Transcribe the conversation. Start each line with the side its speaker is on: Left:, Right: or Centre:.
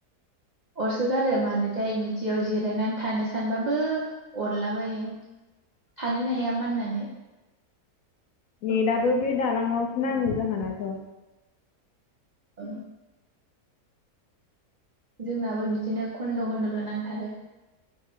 Right: अरस गार मानो जाय बिदियाव जिरायनानै थानो सानबाबो अरलाबायो। थानोनो हाया माननानै औ
Left: नेट दाबो बे दालाङावसो नाङो जाहोनाथ'।
Right: <inaudible> जोंनाबो बिदिनो खन्द' खन्दल' नांथारो।